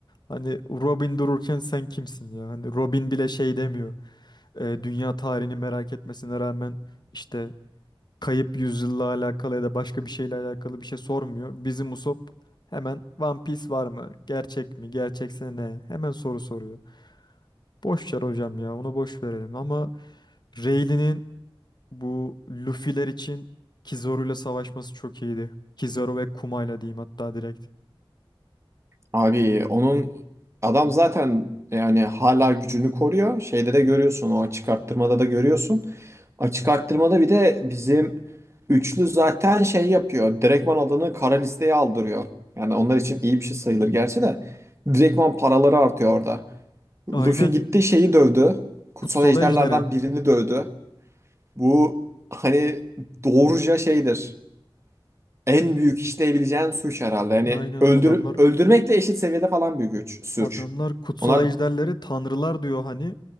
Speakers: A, on the left; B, on the right.
A: Hani Robin dururken sen kimsin ya? Hani Robin bile şey demiyor. E, dünya tarihini merak etmesine rağmen işte kayıp yüzyılla alakalı ya da başka bir şeyle alakalı bir şey sormuyor. Bizim Usopp hemen One Piece var mı? Gerçek mi? Gerçekse ne? Hemen soru soruyor. Boş ver hocam ya onu boş verelim ama Rayleigh'nin bu Luffy'ler için Kizaru'yla savaşması çok iyiydi. Kizaru ve Kuma'yla diyeyim hatta direkt.
B: Abi onun adam zaten yani hala gücünü koruyor. Şeyde de görüyorsun o çıkarttırmada da görüyorsun. Açık arttırmada bir de bizim üçlü zaten şey yapıyor. Direktman adını kara listeye aldırıyor. Yani onlar için iyi bir şey sayılır gerçi de. Direktman paraları artıyor orada. Luffy
A: Aynen.
B: gitti şeyi dövdü. Kutsal
A: Kutsal
B: ejderlerden
A: Ejderi.
B: birini dövdü. Bu hani doğruca şeydir. En büyük işleyebileceğin suç herhalde. Yani
A: Aynen
B: öldür
A: adamlar
B: öldürmekle eşit seviyede falan bir güç, suç.
A: Adamlar kutsal
B: Onlar
A: ejderlere tanrılar diyor hani.